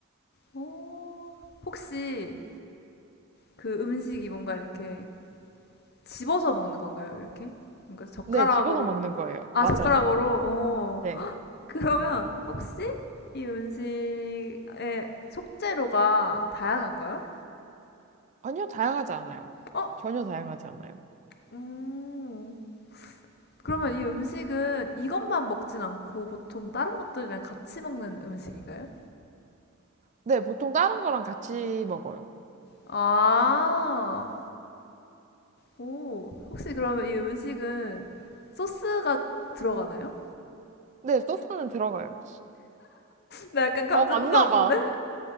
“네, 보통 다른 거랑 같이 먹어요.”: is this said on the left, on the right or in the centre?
Right